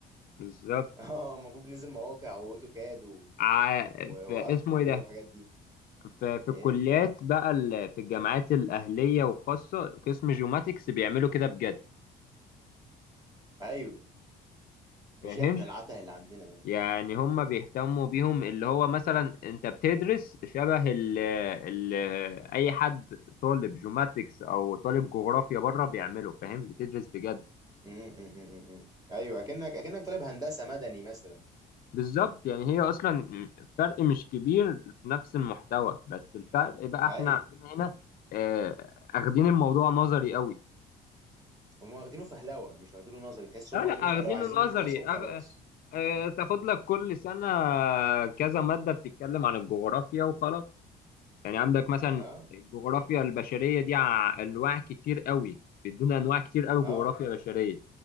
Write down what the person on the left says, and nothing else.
بالظبط
ع...
في اسمه
ايه ده
في, في الكليات
بقى ال... في الجامعات الاهليه وخاصه قسم جيوماتكس بيعملوا كده بجد
فاهم
يعني هم بيهتموا بيهم اللي هو مثلا انت بتدرس شبه ال... ال... اي حد طالب جيوماتكس او طالب جغرافيا بره بيعمله فاهم بتدرس بجد
بالظبط يعني هي اصلا فرق مش كبير في نفس المحتوى بس الفرق بقى
احنا عندنا هنا آه، اخدين الموضوع نظري قوي
لا
لا
اخدينه
نظري
أغ... آه، تاخد لك كل سنة كذا مادة بتتكلم عن الجغرافيا وخلاص يعني عندك مثلا
الجغرافيا البشرية دي ع- أنواع كتير قوي بيدونا أنواع كتير قوي
جغرافيا بشرية